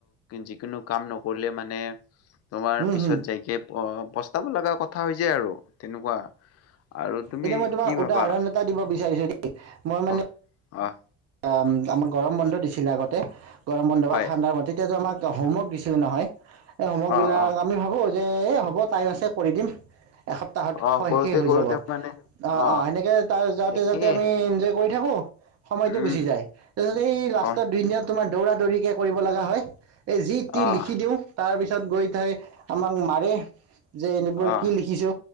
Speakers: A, on the left; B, on the right.
A: যিকোনো কাম নকৰিলে মানে তোমাৰ
B: উম
A: পিছত
B: হম
A: যাইকে পস্তাব লগা কথা হৈ যায় আৰু, তেনেকুৱা। আৰু তুমি
B: এতিয়া মই তোমাক
A: কি
B: উদাহৰণ
A: ভাবা
B: এটা দিব বিচাৰিছো মই মানে
A: অ' অ'।
B: অ' আমাক গৰম বন্ধ দিছিলে আগতে, গৰম বন্ধ
A: হয়
B: বা ঠাণ্ডাৰ মতে তেতিয়াতো আমাক হোমৱৰ্ক দিছিলে নহয়, এই হোমৱৰ্ক
A: অ'
B: বিলাক
A: অ'
B: আমি ভাবো যে এই হ'ব টাইম আছে কৰি দিম এসপ্তাহত
A: অ' কৰোতে
B: শেষ হৈ
A: কৰোতে
B: যাব, অ'-অ'
A: মানে অ'
B: সেনেকে তাৰ যাওতে
A: একেই
B: যাওতে আমি এনজয় কৰি <unintelligible> সময়টো
A: উম
B: গুচি যায়, ‌তা পিছত এই লাষ্টৰ
A: অ'
B: দুই দিনত তোমাৰ দৌৰা দৌৰিকে কৰিব লগা হয় এই যি তি
A: অ'
B: লিখি দিওঁ, তাৰপিছত গৈ থাই আমাক মাৰে যে এনেবোৰ
A: অ'
B: কি লিখিছো